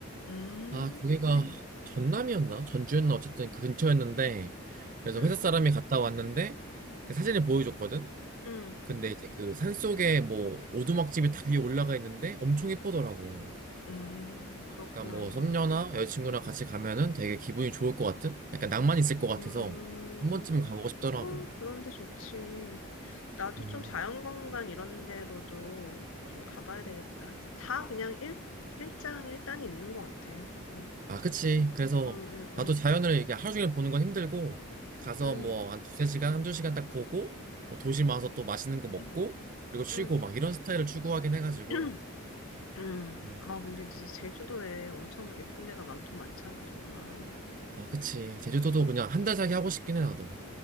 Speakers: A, on the left; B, on the right.
A: 음,
B: 아, 거기가 음. 전남이었나? 전주였나? 어쨌든 그 근처였는데, 그래서
A: 음,
B: 회사 사람이 음. 갔다 왔는데, 그 사진을 보여줬거든?
A: 음,
B: 근데 이제 그 산속에 뭐 오두막집이 딱 위에 올라가 있는데 엄청 예쁘더라고.
A: 음, 그렇구나.
B: 약간 뭐 썸녀나 여자친구랑 같이 가면은 되게 기분이 좋을 것 같은? 약간 낭만 있을 것 같아서
A: 음,
B: 한 번쯤은 가보고 싶더라고.
A: 어, 그런데 좋지. 나도
B: 음.
A: 좀 자연관광 이런 데로도 좀 가봐야 되겠다. 다 그냥 일, 일장 일단이 있는 것 같아. 어,
B: 아, 그치. 그래서
A: 응, 응, 응,
B: 나도 자연을 이게 하루 종일 보는 건 힘들고, 가서
A: 응,
B: 뭐 한 두세 시간, 한두 시간 딱 보고, 뭐 도시 와서 또 맛있는 거 먹고,
A: 응,
B: 그리고 쉬고
A: 응,
B: 막 이런 스타일을 추구하긴 해가지고.
A: 응. 응.
B: 음.
A: 아, 근데 진짜 제주도에 엄청 예쁜 데가 많긴 많잖아, 정말.
B: 아, 그치. 제주도도
A: 응,
B: 그냥 한달 살기 하고 싶긴 해, 나도.